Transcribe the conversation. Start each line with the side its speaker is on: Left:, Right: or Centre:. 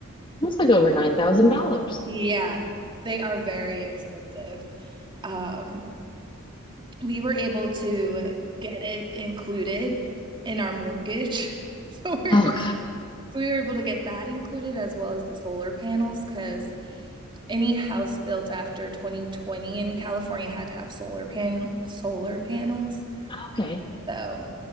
Left: It's like over nine thousand dollars.
Right: Yeah. They are very expensive. Um, We were able to get it included in our mortgage. <laughs> So we
Left: Oh,
Right: were, so we were able to get that included as well as the solar panels because any house built after 2020 in California had to have solar pan solar panels.
Left: okay,
Right: So